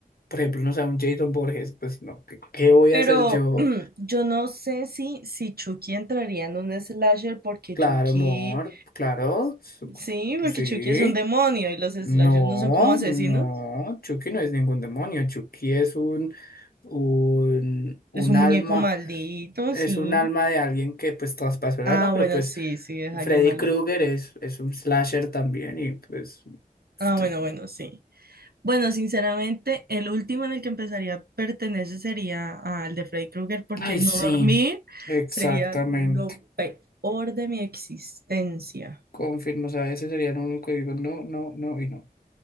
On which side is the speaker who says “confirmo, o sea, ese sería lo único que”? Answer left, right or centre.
Left